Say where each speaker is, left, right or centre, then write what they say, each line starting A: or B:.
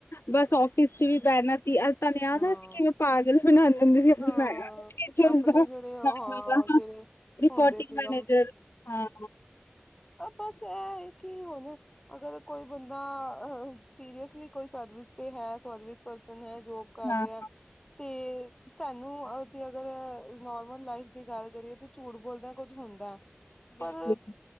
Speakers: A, on the left (about 75°); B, on the left (about 20°).
A: ਬਸ ਆਫ਼ਿਸ ਚ ਵੀ ਬੇਣਾ ਸੀ ਤਾਨੂੰ ਯਾਦ
B: ਹਾਂ
A: ਆਂ ਅਸੀ ਕਿਵੇਂ ਪਾਗਲ ਬਣਾਂਦੇ ਹੁੰਦੇ ਸੀ ਅਪਨੇ
B: ਹਾਂ
A: ਮੈ ਟੀਚਰ
B: ਆਪਣੇ
A: ਦਾ
B: ਜਿਹੜੇ ਉਹ
A: ਮੈਡਮਾਂ
B: ਜਿਹੜੇ
A: ਦਾ ਰਿਪੋਰਟਿੰਗ
B: ਹੁੰਦੇ ਸੀਗਾ
A: ਮੈਨੇਜਰ ਹਾਂ
B: ਬਸ ਇਹ ਏ ਕਿ ਹੁਣ ਅਗਰ ਕੋਈ ਬੰਦਾ ਸੀਰਿਯਸਲੀ ਕੋਈ ਸਰਵਿਸ ਤੇ ਹੈ ਸਰਵਿਸ ਪਰਸਨ ਹੈ ਜੋ ਕਰ
A: ਹਾਂ
B: ਰਿਹਾ ਤੇ ਸਾਨੂੰ ਅਸੀਂ ਅਗਰ ਨੋਰਮਲ ਲਾਈਫ ਦੀ ਗੱਲ ਕਰੀਏ ਤਾਂ ਝੂਠ ਬੋਲਦਿਆਂ ਕੁੱਝ ਹੁੰਦਾ ਪਰ
A: ਬਿਲਕੁਲ